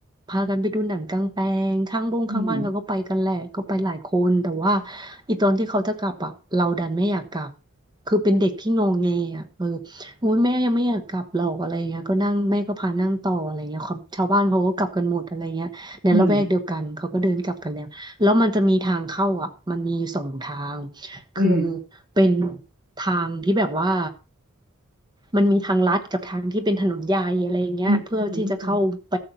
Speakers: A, on the right; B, on the right.
A: พากันไปดูหนังกลางแปลงข้างบงข้างบ้านเขาก็ไปกันแหละก็ไปหลายคนแต่ว่า
B: อืม
A: อีตอนที่เขาจะกลับอะเราดันไม่อยากกลับคือเป็นเด็กที่งงเงอ่ะเออ โอ้ยแม่ยังไม่อยากกลับหรอกอะไรเงี้ยก็นั่งแม่ก็พานั่งต่ออะไรเงี้ยความชาวบ้านเขาก็กลับกันหมดอะไรเงี้ยในละแวกเดียวกันเขาก็เดินกลับกันแล้วแล้วมันจะมีทางเข้าอ่ะมันมีสองทาง
B: อืมอืม
A: คือเป็นทางที่แบบว่ามันมีทางลัดกับทางที่เป็นถนนใหญ่อะไรอย่างเงี้ยเพื่อที่จะเข้าไป
B: อืม